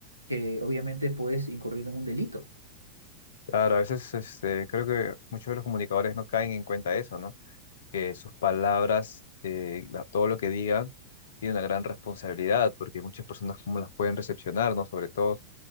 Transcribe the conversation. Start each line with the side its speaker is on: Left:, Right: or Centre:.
Right: que obviamente puedes incurrir en un delito.
Left: Claro, a veces este, creo que muchos de los comunicadores no caen en cuenta de eso, ¿no? Que sus palabras, eh, la- todo lo que digan, tiene una gran responsabilidad, porque muchas personas cómo las pueden recepcionar, ¿no? Sobre todo